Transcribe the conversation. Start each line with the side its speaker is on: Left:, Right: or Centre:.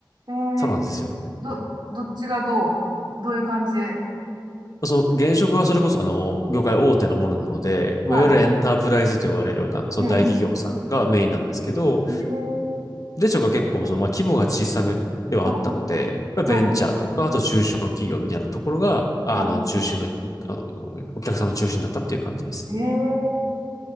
Right: えー、
Left: そうなんですよね。
Right: ど、どっちがどう、どういう感じで。
Left: その現職はそれこそあの、業界大手のものなので、まあ、
Right: は
Left: いわゆるエンタープライズと呼ばれるような、その大企業さんがメインなんですけど、
Right: い。ええ。ええ。
Left: で、しょが結構、その、まあ、規模が小さめではあったので、
Right: はい。
Left: ベンチャーとか、
Right: は
Left: あと中小企業みたいなところが、あの、
Right: い。は
Left: 中心の、あの、お客さんの中心だったっていう感じです。
Right: い。ええ。